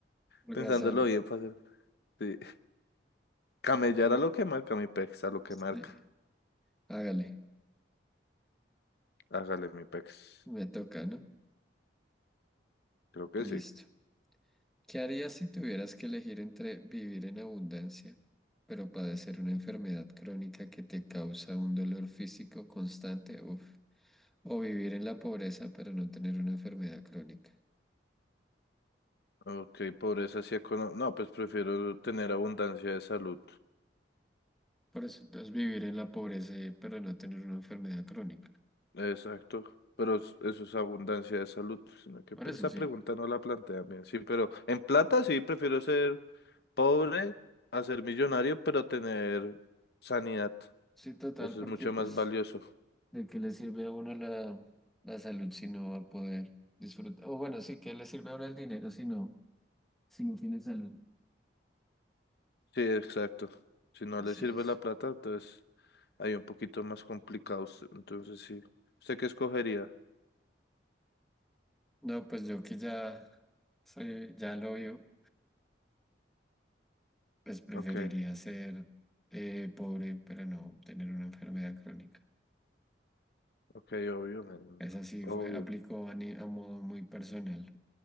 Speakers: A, in the centre; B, on the left.
A: holgazán.
B: pensándolo bien, parce, Sí. Camellar
A: Bu-
B: a lo que marca mi pex, a lo que
A: Sí,
B: marca.
A: hágale.
B: Hágale mi pex.
A: Me toca, ¿no?
B: Creo que
A: Listo.
B: sí.
A: ¿Qué harías si tuvieras que elegir entre vivir en abundancia, pero padecer una enfermedad crónica que te causa un dolor físico constante? Uf. O vivir en la pobreza pero no tener una enfermedad crónica.
B: Ok, pobreza sí económica. No, pues prefiero tener abundancia de salud.
A: Por eso, entonces vivir en la pobreza eh, pero no tener una enfermedad crónica.
B: Exacto. Pero es- eso es abundancia de salud. Sino que
A: Por
B: pues,
A: eso
B: esa
A: sí.
B: pregunta no la plantea bien. Sí, pero en plata sí prefiero ser pobre a ser millonario, pero tener sanidad.
A: Sí, total,
B: Eso
A: porque
B: es mucho
A: pues,
B: más valioso.
A: ¿de qué le sirve a uno la, la salud si no va a poder disfrutar? O bueno, sí, ¿qué le sirve a uno el dinero si no, si no tiene salud?
B: Sí, exacto. Si no
A: Así
B: le sirve
A: es.
B: la plata, entonces hay un poquito más complicados. Entonces sí. ¿Usted qué escogería?
A: No, pues yo que ya soy, ya lo vio, pues preferiría
B: Ok,
A: ser eh, pobre pero no tener una enfermedad crónica.
B: ok, obvio, mi niño,
A: Esa sí
B: Obvio.
A: fue, aplicó a, ni- a modo muy personal.